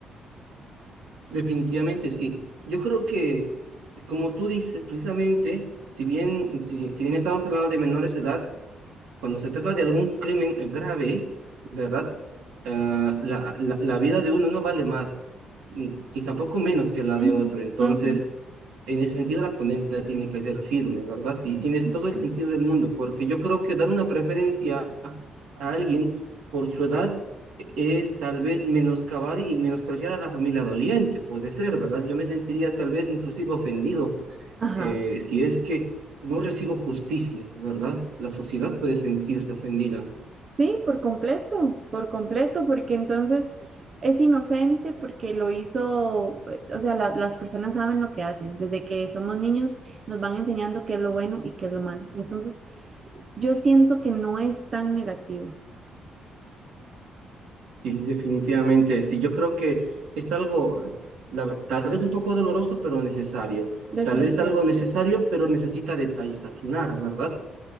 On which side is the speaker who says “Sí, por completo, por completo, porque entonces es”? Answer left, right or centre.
Right